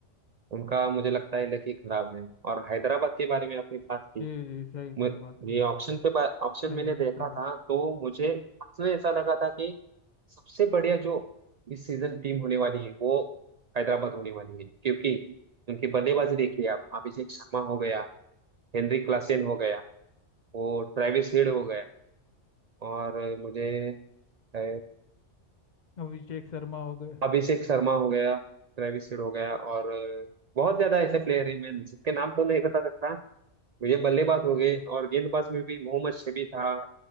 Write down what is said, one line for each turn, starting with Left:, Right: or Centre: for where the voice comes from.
Right: उनका मुझे लगता है लकी खराब है और हैदराबाद के बारे में आपने बात की
Left: जी जी सही सही
Right: मु-
Left: बात है
Right: ये ऑप्शन के बाद ऑप्शन
Left: सही
Right: मैंने
Left: बात
Right: देखा
Left: सही बात
Right: था तो मुझे उसमें ऐसा लगा था कि सबसे बढ़िया जो इस सीजन टीम होने वाली है वो हैदराबाद होने वाली है क्योंकि उनकी बल्लेबाजी देखिए आप अभिषेक शर्मा हो गया हेनरी क्लासेन हो गया वो ट्रेविस हेड हो गया और अ, मुझे अ,
Left: अभिषेक शर्मा हो गए
Right: अभिषेक शर्मा हो गया ट्रेविस हेड हो गया और अ, बहुत ज्यादा ऐसे प्लेयर हैं मैं जिसके नाम तो नहीं बता सकता मुझे बल्लेबाज हो गए और गेंदबाज में भी मोहम्मद शमी था